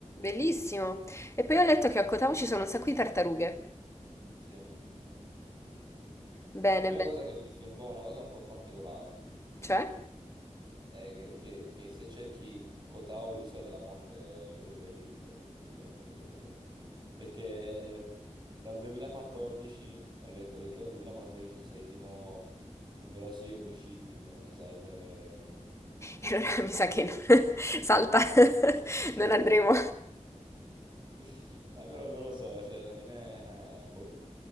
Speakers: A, on the left; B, on the right.
A: Bellissimo. E poi ho letto che a Kotao ci sono un sacco di tartarughe.
B: Sì.
A: Bene,
B: L'unica
A: bene.
B: cosa che ho visto è un po', una cosa un po' particolare.
A: Cioè?
B: Eh, che, che- che se cerchi Kotao, l'isola della morte, eh, lo vedi che cosa sto dicendo? l'isola della- <laughs> Perché ehm, dal 2014 ho letto che tipo dal 2014 sono stati tipo numerosi omicidi di cui non si sa il... <laughs>
A: E allora <laughs> mi sa che no. <laughs> Salta, <laughs> non andremo.
B: Eh, però non lo so, cioè alla fine... eh, boh.